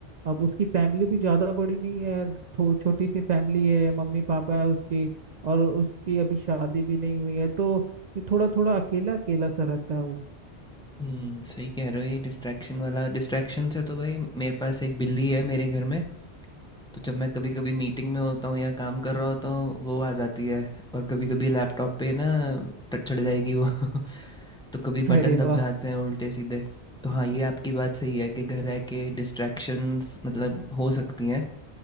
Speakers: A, on the right; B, in the centre.
A: अब उसकी फैमिली भी ज़्यादा बड़ी नहीं है थो- छोटी सी फैमिली है मम्मी पापा है उसकी और उसकी अभी शादी भी नहीं हुई है तो ये थोड़ा थोड़ा अकेला अकेला सा रहता है वो
B: हम्म सही कह रहे हो ये डिस्ट्रैक्शन वाला डिस्ट्रैक्शन से तो भाई मेरे पास एक बिल्ली है मेरे घर में तो जब मैं कभी कभी मीटिंग में होता हूँ या काम कर रहा होता हूँ वो आ जाती है और कभी कभी लैपटॉप पे ना ट- चढ़ जाएगी वो <laughs> तो कभी
A: <laughs>
B: बटन
A: अरे
B: दब
A: वाह
B: जाते हैं उल्टे सीधे तो हाँ ये आपकी बात सही है कि घर रह के डिस्ट्रैक्शंस मतलब हो सकती हैं